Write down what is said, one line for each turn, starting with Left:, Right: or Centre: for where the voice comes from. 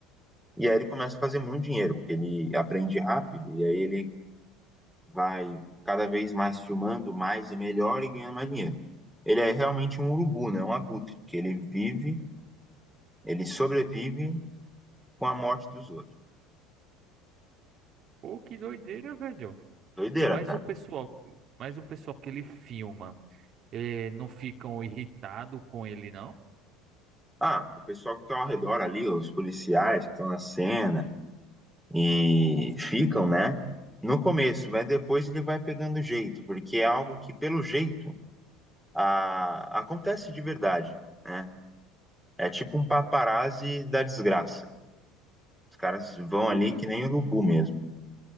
Centre: E aí ele começa a fazer muito dinheiro, porque ele aprende rápido e aí ele vai cada vez mais filmando mais e melhor e ganhando mais dinheiro. Ele é realmente um urubu, né? Um abutre, que ele vive, ele sobrevive com a morte dos outros.
Right: Pô, que doideira, velho.
Centre: Doideira,
Right: Mas
Centre: cara.
Right: o pessoal, mas o pessoal que ele filma, eh, não ficam irritado com ele, não?
Centre: Ah, o pessoal que tá ao redor ali, os policiais que estão na cena e ficam, né? No começo, mas depois ele vai pegando jeito, porque é algo que, pelo jeito, a- acontece de verdade, né? É tipo um paparazzi da desgraça. Os caras vão
Right: Pô,
Centre: ali
Right: velho,
Centre: que nem urubu mesmo.